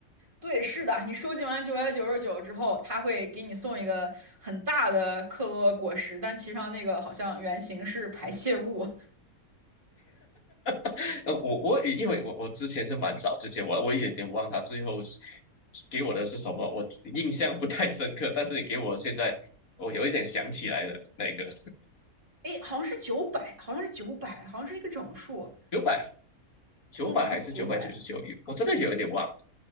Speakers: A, on the right (about 35°); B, on the left (about 70°).
A: 对，是的，你收集完九百九十九之后，他会给你送一个很大的克洛果实，但其实上那个好像原型是排泄物，
B: <laughs> 呃，我我也因为我我之前是蛮早之前，我我也有点忘它最后是给我的是什么，我印象不太深刻，但是你给我现在我有一点想起来的那个
A: 哎，好像是九百，好像是九百，好像是一个整数，
B: 九百九百还是九百九十九，
A: 嗯，好像九百。
B: 我真的有一点忘了。